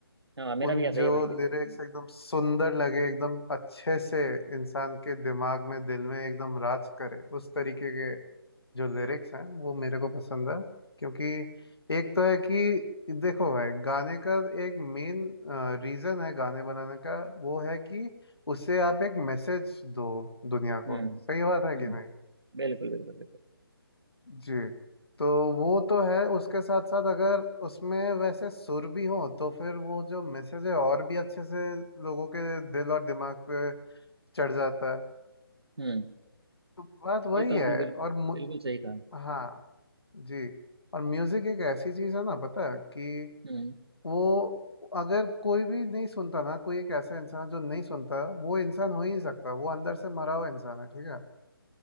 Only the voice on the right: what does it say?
हाँ मेरा
भी ऐसा
ही है भाई बिल्कुल
सही
हम्म
हम्म
बिल्कुल बिल्कुल बिल्कुल
हम्म
ये तो
आपने बिल्कुल
बिल्कुल सही कहा
हम्म